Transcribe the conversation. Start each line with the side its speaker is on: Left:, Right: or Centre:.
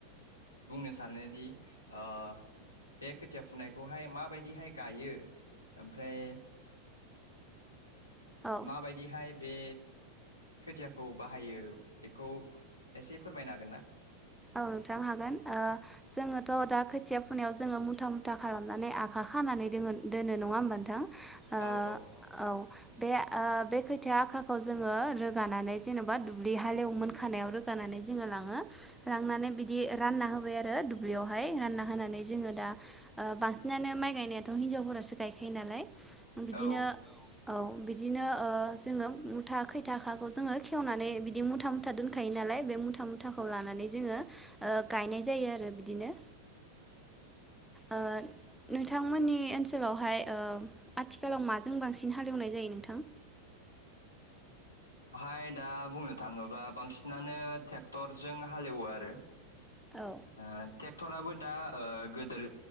Left: बुंनो सानोदि ओ बे खोथिया फुनायखौहाय माबायदिहाय गायो ओमफ्राय
Centre: औ
Left: माबायदिहाय बे खोथियाखौ बाहायो बेखौ एसे फोरमायनो हागोन ना?
Centre: औ नोंथां हागोन ओ जोङोथ' दा खोथिया फुनायाव जोङो मुथा मुथा खालामनानै आखा खानानै दङ दोनो नङा होमबा नोंथां। ओ
Left: औ औ
Centre: औ बे ओ ओ बे खोथिया आखाखौ जोङो रोगानानै जेने'बा दुब्लि हालेव मोन खानायाव रोगानानै जोङो लाङो। लांनानै बिदि रानना होबाय आरो दुब्लियावहाय रानना होनानै जोङो दा ओ बांसिनानो माइ गायनायाथ' हिनजावफोरासो गायखायो नालाय बिदिनो
Left: औ
Centre: औ बिदिनो ओ जोंङो मुथा खैथाखाखौ जोङो खेवनानै बिदि मुथा मुथा दोनखायो ना लाय बे मुथा मुथाखौ लानानै जोङो ओ गायनाय जायो आरो बिदिनो ओ नोंथांमोननि ओनसोलावहाय ओ आथिखालाव माजों बांसिन हालेवनाय जायो नोंथां?
Left: बेवहाय दा बुंनो थाङोबा बांसिनानो ट्रेक्टरजों हालेवो आरो।
Centre: औ
Left: ओ ट्रेक्टराबो दा ओ गोदोर